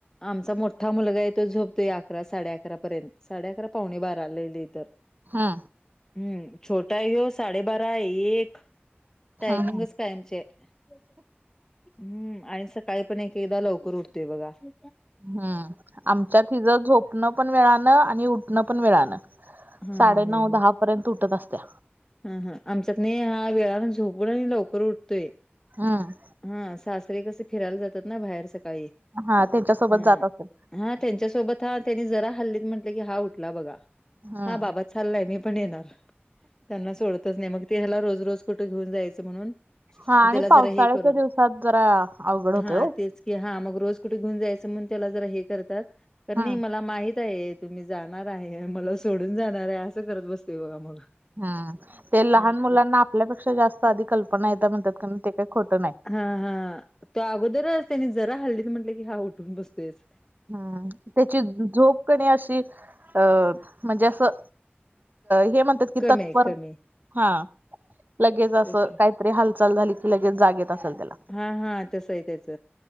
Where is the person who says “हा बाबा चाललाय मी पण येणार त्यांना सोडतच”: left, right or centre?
Left